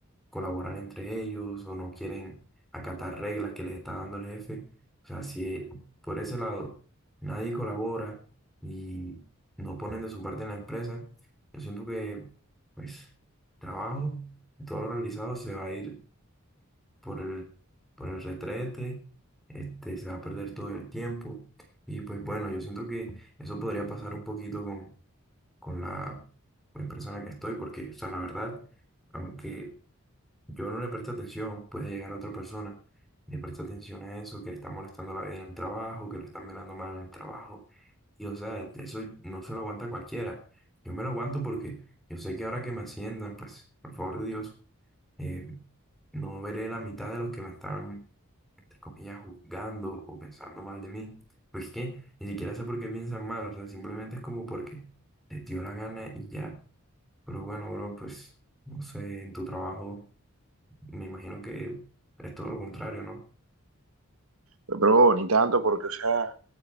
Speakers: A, in the centre; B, on the right (about 80°).
A: colaborar entre ellos o no quieren acatar reglas que les está dando el jefe. O sea, si eh, por ese lado nadie colabora y no ponen de su parte en la empresa, yo siento que, pues, trabajo, todo lo realizado se va a ir por el, por el retrete, este, se va a perder todo el tiempo. Y pues bueno, yo siento que eso podría pasar un poquito con la empresa en la que estoy, porque, o sea, la verdad, aunque yo no le preste atención, puede llegar otra persona y le presta atención a eso, que le está molestando la vida en el trabajo, que lo están mirando mal en el trabajo. Y, o sea, e-, eso no se lo aguanta cualquiera. Yo me lo aguanto porque yo sé que ahora que me asciendan, pues, por favor de Dios, eh, no veré la mitad de los que me están, entre comillas, juzgando o pensando mal de mí. Pues que ni siquiera sé por qué piensan mal, o sea, simplemente es como porque les dio la gana y ya. Pero bueno, bro, pues no sé, en tu trabajo me imagino que es todo lo contrario, ¿no?
B: Pero ni tanto, porque, o sea,